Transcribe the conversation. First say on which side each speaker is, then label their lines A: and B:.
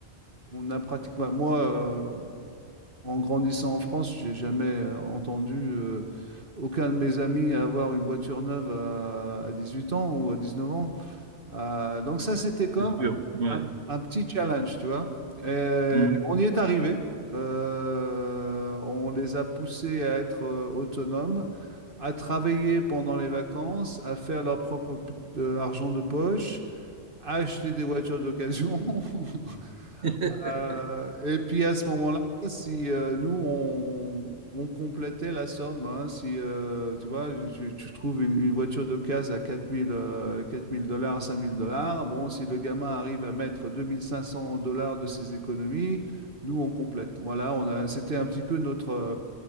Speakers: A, on the right (about 55°); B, on the right (about 80°).
A: on a pratiquement, moi, euh, en grandissant en France, j'ai jamais euh, entendu euh, aucun de mes amis avoir une voiture neuve à, à 18 ans ou à 19 ans. Euh, donc ça, c'était comme
B: c'est sûr. Ouais.
A: un, un petit challenge, tu vois. Et
B: Mhm. Mhm.
A: on y est arrivé. Euh, on les a poussés à être euh, autonomes, à travailler pendant les vacances, à faire leur propre p- euh, argent de poche, à acheter des voitures d'occasion. <laughs>
B: <laughs>
A: Euh, et puis à ce moment-là, si euh, nous, on, on complétait la somme, hein, si euh, tu vois, je, tu trouves une, une voiture d'occasion à quatre quatre mille, euh, 4000 dollars, 5000 dollars, bon, si le gamin arrive à mettre 2500 dollars de ses économies, nous, on complète. Voilà, on a, c'était un petit peu notre, euh,